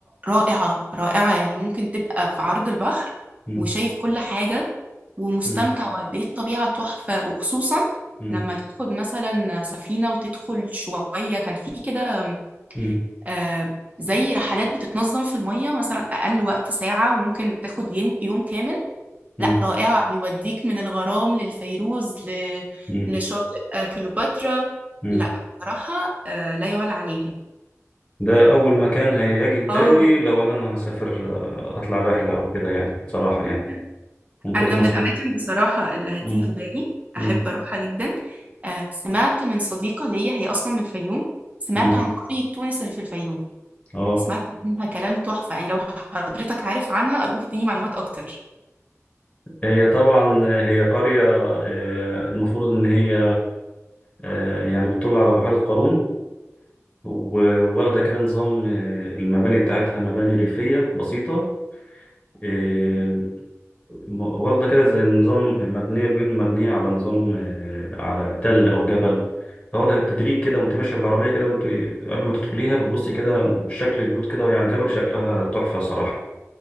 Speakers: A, on the right; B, on the left.
A: رائعة رائعة يعني ممكن تبقى في عرض البحر
B: مم.
A: وشايف كل حاجة ومستمتع
B: مم.
A: وقد ايه الطبيعة تحفة وخصوصا
B: مم.
A: لما تاخد مثلا سفينة وتدخل شوية كان في كده
B: مم.
A: آه، زي رحلات بتتنظم في المية مثلا أقل وقت ساعة وممكن تاخد يوم يوم كامل
B: مم.
A: لا رائعة يوديك من الغرام للفيروز ل...
B: مم.
A: لشاطئ آه، كليوباترا
B: مم.
A: لا بصراحة آه، لا يعلى عليها
B: ده اول مكان هيجي في بالي
A: اه
B: لو انا هسافر آه، اطلع رحله او كده يعني صراحه يعني
A: <laughs>
B: من كتر
A: أنا
B: ما
A: من
B: سمعت
A: الأماكن بصراحة اللي هتيجي
B: مم.
A: في بالي
B: مم.
A: أحب أروحها جدا آه، سمعت من صديقة ليا هي أصلا من الفيوم سمعت
B: مم.
A: عن قرية تونس اللي في الفيوم
B: اه
A: سمعت عنها كلام تحفة يعني لو حضرتك عارف عنها أرجوك تديني معلومات أكتر
B: هي طبعا هي قرية آه، المفروض إن هي آه، يعني بتطل على بحيرة قارون و- وواخدة كده نظام آه، المباني بتاعتها مباني ريفية بسيطة آه، م- واخدة كده زي نظام مبنية بيوت مبنية على نظام آه، على تل أو جبل فواخدة تدريج كده وأنت ماشية بالعربية كده وأنت قبل ما تدخليها بتبصي كده شكل البيوت كده وهي على الجبل شكلها تحفة صراحة